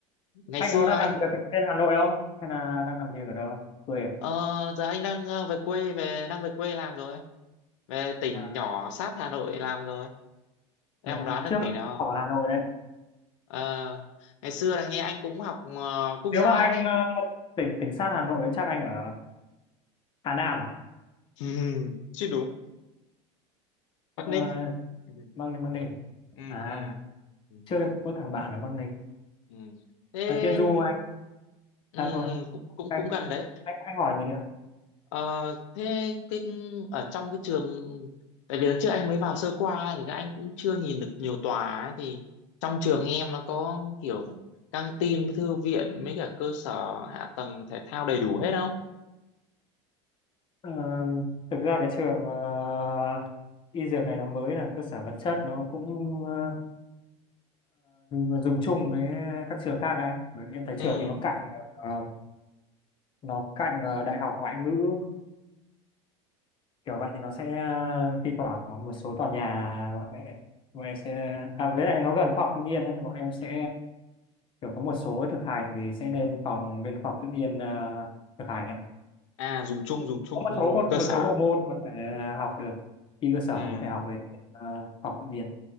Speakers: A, on the left (about 80°); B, on the left (about 35°).
A: ngày
B: Anh
A: xưa
B: có đang
A: anh
B: làm việc ở trên Hà Nội không? Hay là đang làm việc ở đâu? Quê à?
A: ờ, giờ anh đang ờ, về quê về đang về quê làm rồi về tỉnh
B: À,
A: nhỏ sát Hà Nội làm rồi em
B: rồi.
A: còn đoán được
B: Trước
A: cái tỉnh nào
B: ở
A: không
B: Hà Nội đấy.
A: Ờ, ngày xưa là nghe anh cũng học ờ, quốc
B: nếu
A: gia
B: mà anh
A: đấy
B: ờ, tỉnh tỉnh sát Hà Nội chắc anh ở Hà Nam à
A: Ừm, chứ đúng Bắc
B: Ờ,
A: Ninh ừ
B: Băng Ninh Băng Ninh
A: ừ
B: à
A: ừ.
B: trước em cũng có thằng bạn ở Băng Ninh
A: ừ. thế
B: ở Tiên Du không anh
A: ừ,
B: à thôi
A: ừ, cũng cũng
B: anh
A: cũng gần đấy
B: anh anh hỏi gì nữa
A: Ờ, thế cái ở trong cái trường tại vì lần trước anh mới vào sơ qua thì các anh cũng chưa nhìn được nhiều tòa ấy, thì trong trường em nó có kiểu căng tin thư viện mấy cả cơ sở hạ tầng thể thao đầy đủ hết không
B: Ờ, thực ra cái trường ờ, y dược này nó mới là cơ sở vật chất nó cũng ờ, ờ, dùng chung với các trường khác anh bởi vì em thấy
A: ừ
B: trường thì nó cạnh ờ, nó cạnh ờ, đại học ngoại ngữ kiểu vậy thì nó sẽ ờ, thi thoảng có một số tòa nhà bọn em, bọn em sẽ à với lại nó gần khoa học tự nhiên ấy, thì bọn em sẽ kiểu có một số thực hành thì sẽ lên phòng bên khoa học tự nhiên ờ, thực hành ạ
A: à dùng chung dùng chung
B: có một số một,
A: cơ
B: một
A: sở
B: số bộ môn có thể ờ, học được khi cơ sở
A: ừ
B: có thể học về ờ, học tự nhiên